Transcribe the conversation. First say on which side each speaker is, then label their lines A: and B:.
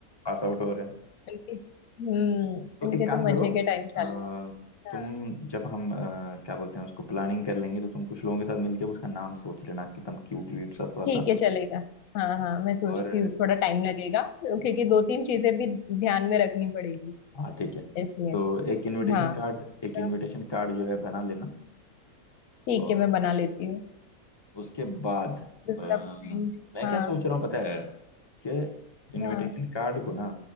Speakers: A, on the left (about 30°); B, on the left (about 70°).
A: पास आउट हो रहे हैं
B: हम्म
A: तो
B: उनके
A: एक काम
B: तो
A: करो
B: मजे के टाइम चालू
A: अ,
B: हो गए
A: तुम
B: हाँ
A: जब हम अ, क्या बोलते हैं उसको प्लानिंग कर लेंगे तो तुम कुछ लोगों के साथ मिलके उसका नाम सोच लेना एकदम क्यूट व्यूट सा थोड़ा सा
B: ठीक है चलेगा हाँ हाँ मैं सोचती
A: और
B: हूँ थोड़ा टाइम लगेगा क्योंकि दो तीन चीजें भी ध्यान में रखनी पड़ेगी
A: हाँ ठीक है
B: इसलिए
A: तो एक इनविटेशन
B: हाँ
A: कार्ड एक
B: तो
A: इनविटेशन कार्ड जो है बना लेना
B: ठीक
A: और
B: है मैं बना लेती हूँ
A: उसके बाद
B: दूसरा
A: अ,
B: पॉइंट
A: मैं
B: हाँ
A: क्या सोच रहा हूँ पता है कि इनविटेशन
B: हाँ
A: कार्ड को ना